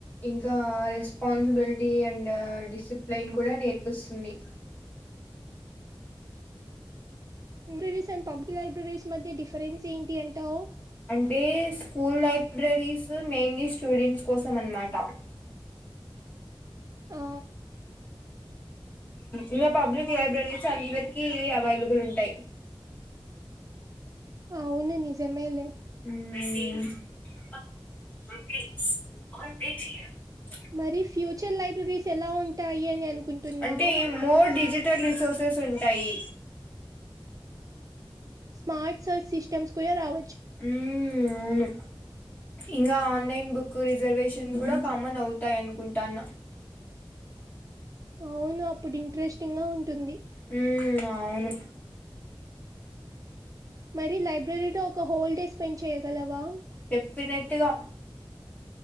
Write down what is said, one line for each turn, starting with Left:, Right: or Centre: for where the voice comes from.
Left: ఇంకా రెస్పాన్సిబిలిటీ అండ్ డిసిప్లిన్ కూడా నేర్పిస్తుంది
Right: లైబ్రరీస్ అండ్ పబ్లిక్ లైబ్రరీస్ మధ్య డిఫరెన్స్ ఏంటి అంటావు?
Left: The school libraries mainly students కోసం అనమాట.
Right: ఆ,
Left: ఇగ పబ్లిక్ లైబ్రరీస్ అందరికీ అవైలబుల్ ఉంటయి.
Right: అవును నిజమేలే.
Left: హ్
Right: మరి ఫ్యూచర్ లైబ్రరీస్ ఎలా ఉంటాయి అని అనుకుంటున్నావు?
Left: అంటే <unintelligible> రిసోర్సెస్ ఉంటాయి.
Right: స్మార్ట్ సర్చ్ సిస్టమ్స్ కూడా రావ
Left: ఉ అవును ఇంగా ఆన్లైన్ బుక్ కు రిజర్వేషన్లు కూడా కామన్ అవుతాయనుకుంటాన.
Right: అవును అప్పుడు ఇంట్రెస్టింగా ఉంటుంది.
Left: హ్మ్ అవును.
Right: మరి లైబ్రరీలో ఒక హోల్ డే స్పెండ్ చేయగలవా?
Left: డెఫినెట్ గా